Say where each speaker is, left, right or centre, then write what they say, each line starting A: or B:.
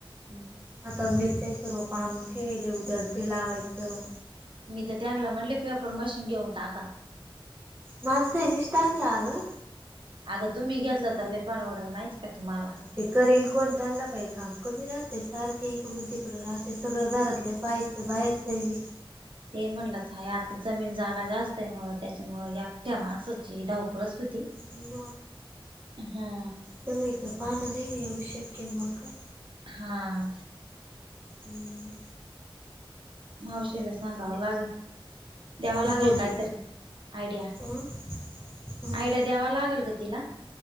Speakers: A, on the right (about 65°); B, on the right (about 25°).
A: हम्म.
B: आता मिरच्याचं रोप आणून ठेवलेले उद्याल ते लावायचं.
A: मी तर त्यांनला म्हटले पेपर मशीन घेऊन टाका.
B: माणसांनीच टाकला आगं.
A: आगं तुम्ही घेतलं तर, लई परवडल माहिती का तुम्हाला.
B: ते करीन कोण त्याणलं काही काम कमी राहतंय, सारखे इकडून- तिकडं राहतय सगळं घरातलं पाहिज ते बाहेरच हाय व्हय.
A: ते म्हणलंत हा आता जमीन जागा जास्त हाय, त्याच्यामुळ एकठ्या माणसाची धावपळच होती.
B: म,
A: हा
B: सगळीकड पाहणं नाही नई एवढं शक्य मग काय.
A: हा.
B: हम्.
A: मावशीला सांगाव लागल द्याव लागेल
B: ते पोरग
A: काहीतरी आयडिया.
B: अं हं
A: आयडिया द्यावा लागेल ग तिला.